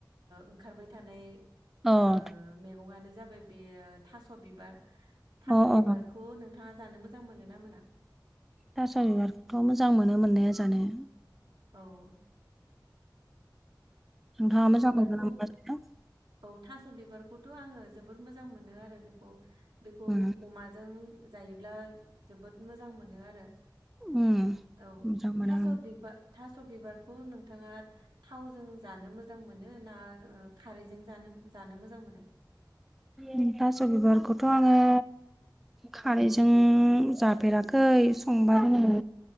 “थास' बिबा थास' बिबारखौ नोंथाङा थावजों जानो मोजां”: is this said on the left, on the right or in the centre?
Right